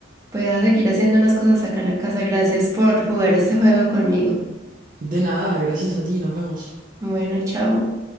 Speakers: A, on the right; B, on the right.
A: voy a seguir haciendo unas cosas acá en la casa. Gracias por jugar este juego conmigo.
B: De nada, gracias a ti, nos vemos.
A: Bueno, chao.